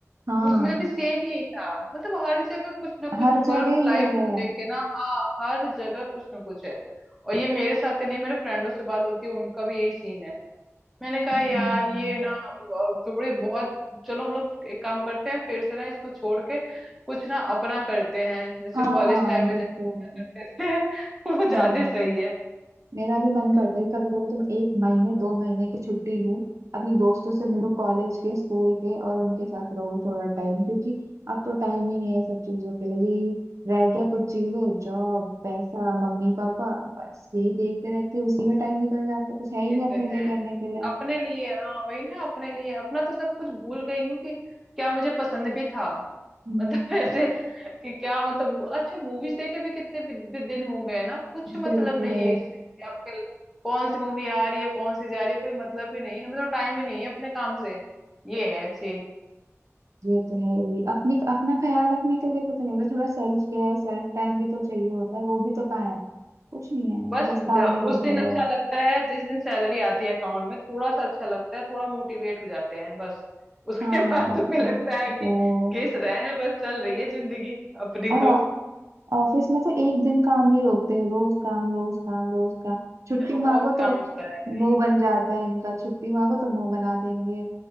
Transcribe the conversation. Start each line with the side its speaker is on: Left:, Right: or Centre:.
Right: हाँ
Centre: उसमें भी सेम ही था मतलब हर जगह कुछ ना कुछ
Right: हर जगह
Centre: वर्क लाइफ
Right: ये है
Centre: को लेके ना हाँ हर जगह कुछ ना कुछ है और ये मेरे साथ ही नहीं मेरे फ्रेंडों से बात होती है उनका भी यही सीन है मैंने कहा
Right: हम्म,
Centre: यार ये ना अ, थोड़े बहुत चलो हम लोग एक काम करते हैं फिर से ना इसको छोड़ के कुछ ना अपना करते हैं जैसे
Right: हाँ
Centre: कॉलेज टाइम में
Right: बिल्कुल
Centre: जैसे क्या करते थे <laughs> वो ज्यादा
Right: हाँ
Centre: सही है
Right: मेरा भी मन करता है कि कभी कभी तुम एक महीने दो महीने की छुट्टी लो अपनी दोस्तों से मिलो कॉलेज के स्कूल के और उनके साथ रहो थोड़ा टाइम क्योंकि अब तो टाइम ही नहीं है सब चीजों के लिए यही रह गया कुछ चीजें जॉब पैसा मम्मी पापा बस यही देखते रहते हो इसी में टाइम निकल जाता है कुछ है ही
Centre: ये
Right: नहीं
Centre: तो
Right: अपने लिए
Centre: है
Right: करने के लिए
Centre: अपने लिए हाँ वही ना अपने लिए अपना तो सब कुछ भूल गई हूँ कि क्या मुझे पसंद भी था
Right: हम्म,
Centre: मतलब <laughs> ऐसे कि क्या मतलब मु- अच्छा मूवीज देखे भी कितने दि, दि, दिन हो गए ना कुछ मतलब
Right: बिल्कुल
Centre: नहीं है इससे कि आपके ल- कौन सी मूवी आ रही है कौन सी जा रही है कोई मतलब ही नहीं है हमें तो टाइम ही नहीं है अपने काम से ये है सीन
Right: ये तो है ही अपने अपना ख्याल रखने के लिए कुछ नहीं होता थोड़ा सेल्फ केयर सेल्फ टाइम भी तो चाहिए होता है वो भी तो कहाँ है कुछ नहीं है
Centre: बस
Right: बस
Centre: ज-
Right: काम ही करते
Centre: उस दिन
Right: रहो
Centre: अच्छा लगता है जिस दिन सैलरी आती है अकाउंट में थोड़ा सा अच्छा लगता है थोड़ा मोटिवेट हो जाते हैं बस उसके
Right: हाँ
Centre: <laughs> बाद तो भी लगता है कि
Right: तो
Centre: घिस रहे हैं बस चल रही है जिंदगी अपनी
Right: और ऑ-
Centre: तो
Right: ऑफिस में तो एक दिन काम नहीं रोकते रोज काम रोज काम रोज काम छुट्टी
Centre: रोज
Right: मांगो
Centre: काम
Right: तो
Centre: होता है भाई
Right: मुंह बन जाता है इनका छुट्टी मांगो तो मुंह बना देंगे